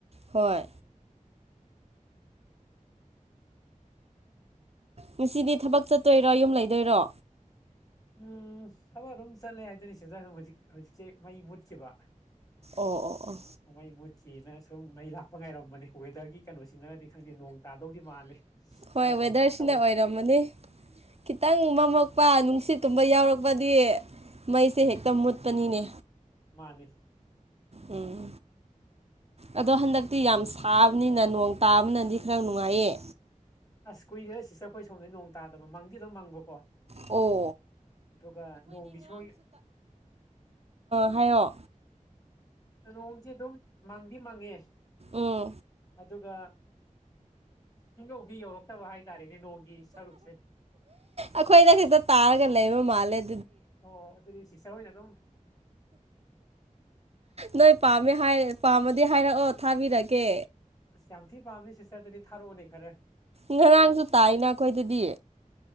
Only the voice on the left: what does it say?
ꯎꯝ ꯊꯕꯛ ꯑꯗꯨꯝ ꯆꯠꯂꯦ ꯍꯥꯏꯗꯣꯏꯅꯤ ꯁꯤꯗ ꯑꯗꯨꯝ ꯍꯧꯖꯤꯛ ꯍꯧꯖꯤꯛꯁꯦ ꯃꯩ ꯃꯨꯠꯈꯤꯕ
ꯃꯩ ꯃꯨꯠꯈꯤꯅ ꯁꯨꯝ ꯃꯩ ꯂꯥꯛꯄ ꯉꯥꯏꯔꯝꯕꯅꯦ ꯋꯦꯗꯔꯒꯤ ꯀꯩꯅꯣꯁꯤꯅꯅꯗꯤ ꯈꯪꯗꯦ ꯅꯣꯡ ꯇꯥꯗꯧꯗꯤ ꯃꯥꯜꯂꯤ
ꯀꯔꯝꯕ
ꯑꯝꯇꯞ ꯇꯧꯏꯦ
ꯃꯥꯅꯤ
ꯁ ꯀꯨꯏꯗ ꯁꯤꯁꯇ ꯑꯩꯈꯣꯏ ꯁꯣꯝꯗꯩ ꯅꯣꯡ ꯇꯥꯗ ꯃꯪꯗꯤ ꯑꯗꯨꯝ ꯃꯪꯕꯀꯣ
ꯑꯗꯨꯒ ꯅꯣꯡꯒꯤ ꯁꯣꯏ
ꯅꯣꯡꯁꯦ ꯑꯗꯨꯝ ꯃꯪꯗꯤ ꯃꯪꯉꯦ
ꯑꯗꯨꯒ ꯁꯨꯡꯍꯧꯗꯤ ꯌꯧꯔꯛꯇꯕ ꯍꯥꯏꯇꯥꯔꯦ ꯔꯤꯅꯣꯒꯤ ꯁꯔꯨꯛꯁꯦ
ꯑꯣ ꯑꯗꯨꯗꯤ ꯁꯤꯁꯥ ꯍꯏꯅ ꯑꯗꯨ
ꯑꯁ ꯌꯥꯝ ꯊꯤ ꯄꯥꯝꯃꯤ ꯁꯤꯁꯇꯔꯗꯗꯤ ꯊꯥꯔꯛꯑꯣꯅꯦ ꯈꯔ